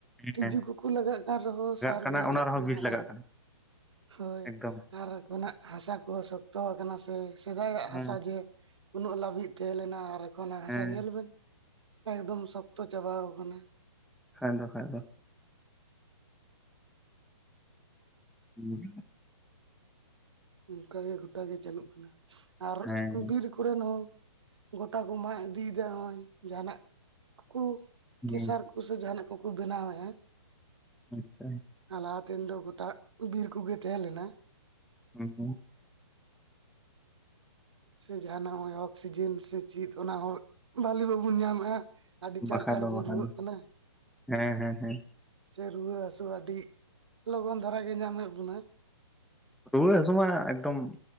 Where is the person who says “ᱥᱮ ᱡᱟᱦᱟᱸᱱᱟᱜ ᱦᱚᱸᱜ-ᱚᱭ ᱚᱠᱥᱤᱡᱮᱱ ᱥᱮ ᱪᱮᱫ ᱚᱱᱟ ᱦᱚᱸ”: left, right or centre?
Right